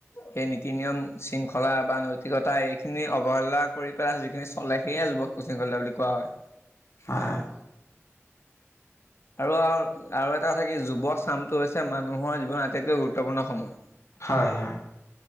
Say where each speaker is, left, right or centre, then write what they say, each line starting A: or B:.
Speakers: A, on the left; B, on the left.
A: সেই নীতি নিয়ম। শৃংখলা বা নৈ। কতাই এইখিনি অৱহেলা কৰি পেলাই যিখিনি চলে সেয়ে যুৱ কো কলা বুলি কোৱা হয়।
B: অ '
A: আৰু। আৰু এটা কথা কি যুৱ চামটো হৈছে মানুহৰ জীৱনৰ আটাইতকৈ গুৰুত্বপূৰ্ণ সময়।
B: হয় -হয়